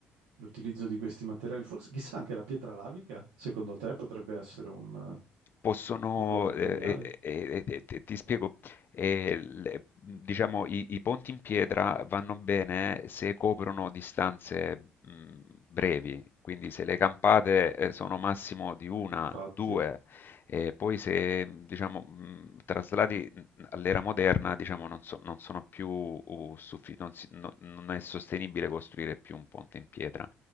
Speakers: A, on the right; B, on the left.
A: l'utilizzo di questi materiali, forse chissà anche la pietra lavica, secondo te potrebbe essere un, eh,
B: possono,
A: un buon materiale?
B: eh, eh, eh, eh, ti ti spiego, eh, le- diciamo i, i ponti in pietra vanno bene se coprono distanze mh, brevi, quindi se le campate eh, sono massimo di una,
A: Infatti,
B: due, e poi se mh, diciamo mh, traslati mh, all'era moderna, diciamo non, so- non sono più uh, suffi- non si- non- non è sostenibile costruire più un ponte in pietra